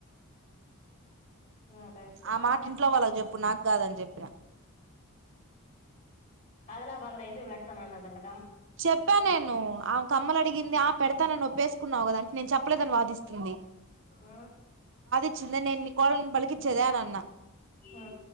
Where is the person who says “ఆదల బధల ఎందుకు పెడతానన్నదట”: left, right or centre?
Left